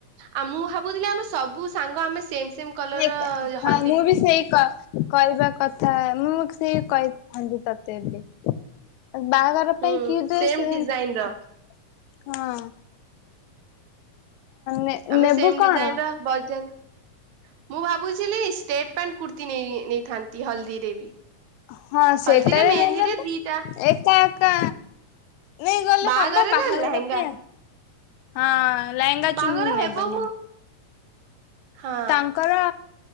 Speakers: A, on the right; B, on the left.
A: ଆଉ ମୁଁ ଭାବୁଥିଲି ଆମେ ସବୁ ସାଙ୍ଗ ଆମେ ସେମ - ସେମ କଲର
B: ହଁ
A: ହ-
B: ମୁଁ ବି ସେଇ କହିବା କଥା ମୁଁ ସେଇ କହି- ହଳଦୀ ତତେ ଏବେ- ବାହାଘର
A: ହୁଁ
B: ପାଇଁ କି ଡ୍ରେସ
A: ସେମ
B: ସେ-
A: ଡିଜାଇନ ର
B: ହଁ ନେ
A: ଆମେ
B: ନେବୁ
A: ସେମ
B: କଣ?
A: ଡିଜାଇନ ର ବାଜାର ମୁଁ ଭାବୁଥିଲି ଷ୍ଟେଟ ପ୍ୟାଣ୍ଟ କୁର୍ତ୍ତି ନେ ନେଇ ନେଇଥାନ୍ତି ହଳଦୀରେ ବି।
B: ହଁ ସେଇଟାରେ
A: ହଳଦୀରେ ମେହେନ୍ଦୀରେ
B: ନେଇ ନେବ
A: ଦିଟା
B: ଏଇଟା ଏକା ନେଇଗଲେ
A: ବାହାଘରରେ
B: ହବ ବାହାଘର
A: ଲେହେଙ୍ଗା
B: ପାଇଁ। ହଁ। ଲେହେଙ୍ଗା
A: ବାହାଘର
B: ଚୁନି ନେ
A: ହେବ
B: ବନା
A: ମୁଁ ହଁ
B: ତାଙ୍କର